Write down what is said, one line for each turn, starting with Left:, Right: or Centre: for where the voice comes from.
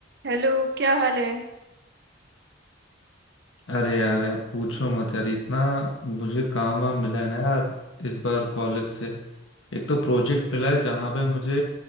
Right: Hello क्या हाल है
Left: अरे यार यार पूछो मत यार इतना मुझे काम वाम मिला है ना यार इस बार कॉलेज से एक तो प्रोजेक्ट मिला है जहाँ पे मुझे